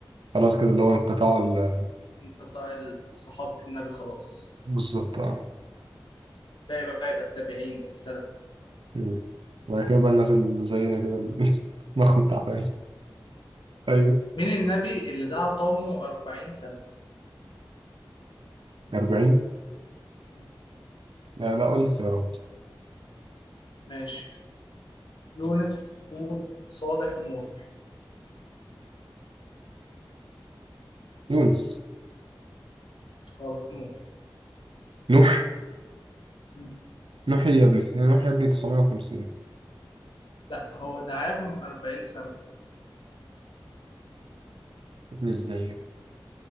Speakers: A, on the right (about 85°); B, on the left (about 75°).
A: خلاص كده اللي هو انقطاع ال-
B: من قطاع صحابة النبي خلاص
A: بالظبط اه
B: ده يبقى يبقى التابعين والسلف
A: مم. وبعد كده بقى الناس اللي زينا كده اللي <laughs> مخهم تعبان ايوه
B: مين النبي اللي دعا قومه أربعين سنة
A: 40
B: مم.
A: لا لا قول لي اختيارات
B: ماشي يونس هود صالح نوح
A: يونس
B: غلط نوح
A: نوح
B: مم.
A: نوح يا ابني يا نوح يا ابني 950 يا
B: لا هو دعاهم أربعين سنة
A: ابني ازاي يا ابني